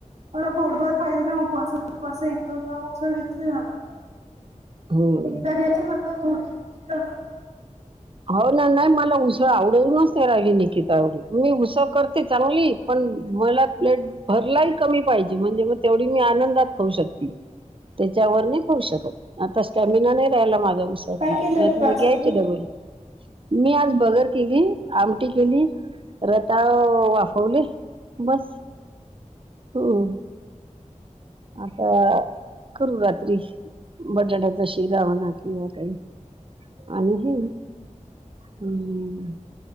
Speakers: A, on the right; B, on the right.
A: मला पोटभर पाहिजे ना उपवासाला असं एक दोन वेळा उसळ हेच नाही झालं.
B: हम्म
A: एकदा घ्यायची नंतर <unintelligible>
B: हो ना नाय मला उसळं आवडूनच नाय राहिली. निकिता येवढी मी उसळ करते चांगली. पण मला प्लेट भरलाही कमी पाहिजे. म्हणजे मग तेवढी मी आनंदात खाऊ शकते. त्यांच्यावर नाही खाऊ शकत. आता स्टॅमिना नाही राहायला माझा उसळ
A: काय
B: खायचा
A: केलंय
B: नाही
A: मग
B: मी
A: आज
B: घ्यायचे
A: तुम्ही
B: डबल. मी आज बगर केली आमटी केली रताळ वाफवले. बस अं.. आता करु रात्री बटाड्याचा शिरा म्हणा किंवा काही. आणि हे हम्.